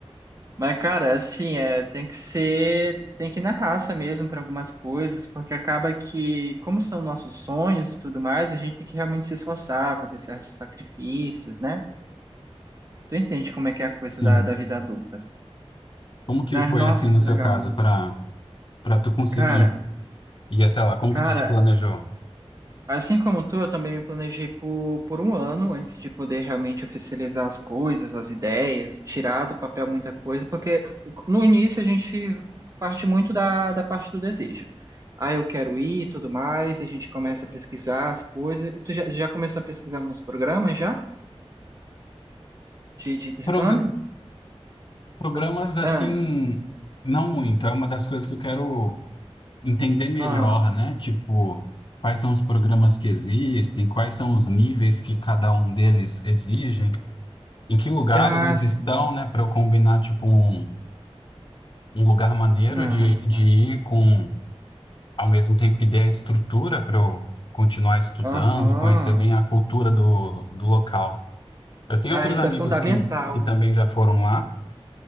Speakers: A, on the right (about 30°); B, on the left (about 50°).
A: Mas, cara, assim, é, tem que ser, tem que ir na raça mesmo para algumas coisas, porque acaba que, como são nossos sonhos e tudo mais, a gente tem que realmente se esforçar, fazer certos sacrifícios, né? Tu entende como é que é a coisa
B: Sim.
A: da, da vida adulta.
B: Como que
A: Né?
B: foi
A: Nossa,
B: assim no
A: que
B: seu
A: legal.
B: caso para para tu conseguir?
A: Cara,
B: E até lá, como
A: cara,
B: que tu se planejou?
A: assim como tu, eu também me planejei por, por um ano antes de poder realmente oficializar as coisas, as ideias, tirar do papel muita coisa, porque no início a gente parte muito da, da parte do desejo. Ah, eu quero ir e tudo mais, a gente começa a pesquisar as coisas. E tu já, já começou a pesquisar alguns programas já? De, de intercâmbio?
B: Progra- programas
A: Ou-
B: assim,
A: Ah,
B: não muito. É uma das coisas que eu quero entender melhor,
A: ah,
B: né? Tipo, quais são os programas que existem, quais são os níveis que cada um deles exigem, em que lugar
A: ah,
B: eles
A: sim.
B: estão, né? Para eu combinar, tipo, um, um lugar maneiro
A: Ah.
B: de, de ir com, ao mesmo tempo que dê a estrutura para eu continuar estudando,
A: Aham.
B: conhecer bem a cultura do, do local. Eu tenho
A: Ah,
B: outros
A: isso
B: amigos
A: é fundamental.
B: que, que também já foram lá.